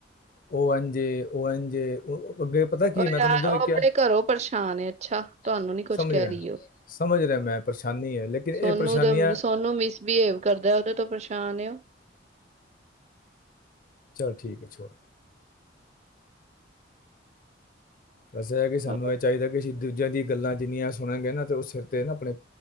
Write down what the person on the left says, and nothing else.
ਉਹ ਇੰਝ ਏ ਉਹ ਇੰਝ ਏ ਅੱਗੇ ਪਤਾ ਕੀ
ਮੈਂ ਤੁਹਾਨੂੰ
ਉਦੋਂ ਵੀ
ਕਿਹਾ
ਤਾਂ
ਸਮਝ
ਮੈਂ ਰਿਹਾ,
ਸੀ। ਸਮਝ ਰਿਹਾ ਮੈਂ ਪਰੇਸ਼ਾਨੀ ਹੈ ਲੇਕਿਨ ਇਹ
ਪਰੇਸ਼ਾਨੀਆਂ ਉਹਦੇ
ਚੱਲ ਠੀਕ ਹੈ ਛੋ ਵਸ ਇਹ ਕਿ
ਸਾਨੂੰ ਇਹ ਚਾਹੀਦਾ ਕਿ ਅਸੀ ਦੂਜਿਆਂ ਦੀਆਂ ਗੱਲਾਂ ਜਿੰਨੀਆਂ ਸੁਣਨਗੇ ਨਾ ਤੇ ਉਹ ਸਿਰ ਤੇ ਨਾ ਆਪਣੇ